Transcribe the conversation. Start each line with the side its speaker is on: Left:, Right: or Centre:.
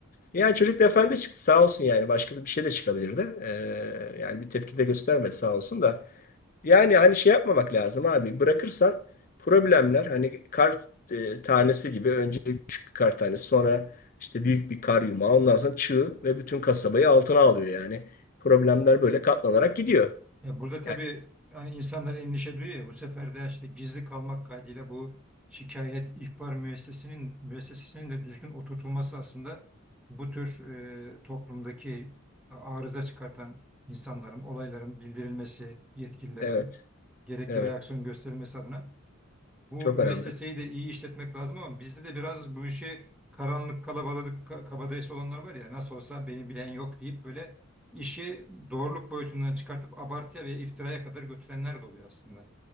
Left: Yani çocuk da efendi çıktı sağ olsun yani başka da bir şey de çıkabilirdi. Ee, yani bir tepki de göstermedi sağ olsun da. Yani hani şey yapmamak lazım abi. Bırakırsan problemler hani kar e, tanesi gibi önce küçük bir kar tanesi sonra işte büyük bir kar yumağı ondan sonra çığ ve bütün kasabayı altına alıyor yani. Problemler böyle katlanarak gidiyor.
Centre: Ya burada tabii
Left: Yani
Centre: hani insanlar endişe duyuyor ya bu sefer de işte gizli kalmak kaydıyla bu şikayet ihbar müessesesinin müessesesinin de düzgün oturtulması aslında bu tür e, toplumdaki arıza çıkartan insanların, olayların bildirilmesi, yetkililerin
Left: evet,
Centre: gerekli
Left: evet.
Centre: reaksiyon gösterilmesi adına bu
Left: Çok
Centre: müesseseyi
Left: önemli.
Centre: de iyi işletmek lazım ama bizde de biraz bu işi karanlık kalabalık ka- kabadayısı olanlar var ya nasıl olsa beni bilen yok deyip böyle işi doğruluk boyutundan çıkartıp abartıya ve iftiraya kadar götürenler de oluyor aslında.